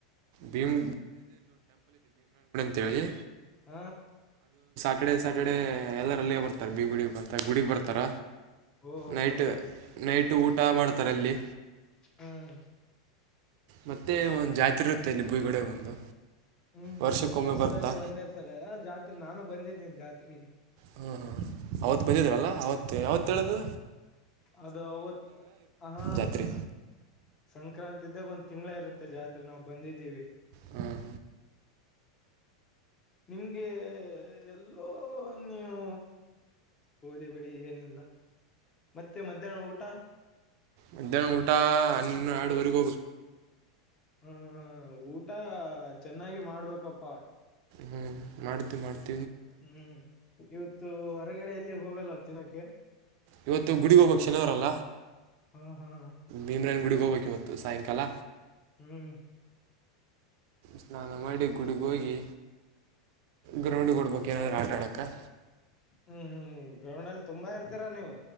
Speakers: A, on the right; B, on the left.
A: ಭೀಮ್ ತಿ
B: ಹ
A: ಸಟಡೆ ಸ ಸಾಟಡೆ ಎಲ್ಲರಲ್ಲಿ ಬರ್ತಾರೆ ಬಿಡಿ ಬ ಮತ್ತು ಗುಡಿಗೆ ಬರ್ತಾರ
B: ಓಹೋ
A: ನೈಟ್ ನೈಟು ಊಟ ಮಾಡ್ತಾರೆ ಅಲ್ಲಿ
B: ಹ್ಮ್
A: ಮತ್ತೆ ಒಂದು ಜಾತಿ ಇರುತ್ತೆ ಇಲ್ಲಿ ಭೂಯಿಗೂಡ ಒಂದು
B: ಹ್ಮ್
A: ವರ್ಷಕ್ಕೊಮ್ಮೆ
B: ಹ್ಮ್ ವರ್ಷದಲ್ಲಿ
A: ಬರ್ತಾ
B: ಒಂದೇರ್ ಸರಿ ಅದ ಜಾತ್ರೆ ನಾನು ಬಂದಿದ್ದೇನೆ ಜಾತ್ರೆಗೆ
A: ಹ್ಮ್ ಹ್ಮ್ ಅವತ್ ಬದಿದ್ರಲ್ಲ ಅವತ್ ಯಾವತ್ ಹೇಳದು
B: ಅದು ಅವತ್ ಆಹ
A: ಜಾತ್ರೆ
B: ಸಂಕ್ರಾಂತಿ ಇದ್ದಾಗ ಒಂದ್ ತಿಂಗಗಳ ಇರುತ್ತೆ ಜಾತ್ರೆ ನಾವವು ಬಂದಿದ್ದೀವಿ
A: ಹಾಂ
B: ನಿಮ್ಗೆ ಎಲ್ಲೋ ನೀವು ಹೋಲಿ ಬಿಡಿ ಏನಿಲ್ಲ ಮತ್ತೆ ಮಧ್ಯಾಹ್ನ ಊಟ
A: ಮಧ್ಯಾಹ್ನ ಊಟಾ ಹನ್ನ ಎರಡವರೆಗ
B: ಹ್ಮ್ ಹ್ಮ್ ಊಟ ಚೆನ್ನಾಗಿ ಮಾಡ್ಬೇಕಪ್ಪಾ
A: ಹ್ಮ್ ಮಾಡ್ತು ಮಾಡ್ತ
B: ಹ್ಮ್ ಇವತ್ತು ಹೊರಗಡೆಯಲ್ಲಿ ಹೋಗಲ್ಲ ತಿನೋಕ್ಕೆೆ
A: ಇವತ್ತು ಗುಡಿಗೋಬಕ್ಷಣವರಲ್ಲ
B: ಹಾ ಹಾ
A: ಭೀಮ್ರನ್ ಗುಡಿಗ್ ಹೋಗ್ಬೇಕು ಇವತ್ತು ಸಾಯಂಕಾಲ
B: ಹ್ಮ್
A: ಸ್ನಾನ ಮಾಡಿ ಗುಡಿಗ ಹೋಗಿ ಗ್ರೌಂಡ್ ಕೊಡ್ಬೇಕು ಏನಾದ್ರೂ ಆರ್ಡ್ರ ಆಡಕ್ಕ
B: ಹ್ಮ್ ಹ್ಮ್ ಗ್ರೌಂಡ್ ಅಲ್ಲಿ ತುಂಬಾ ಇರ್ತೀರಾ ನೀವು